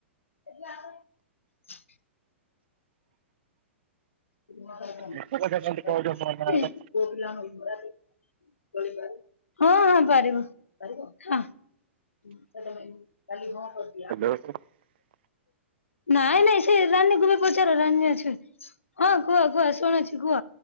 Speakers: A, on the left; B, on the right.
A: <inaudible> <inaudible>
B: ମିଛ କଥା କେମିତି କହୁଛ ମୋ ନାଁରେ।
A: <inaudible> <inaudible>
B: <unintelligible>
A: ନାଇଁ ନାଇଁ ସେ ରାନୀ କୁ ବି ପଚାର ରନୀ ଅଛନ୍ତି। ହଁ କୁହ କୁହ ଶୁଣଛି କୁହ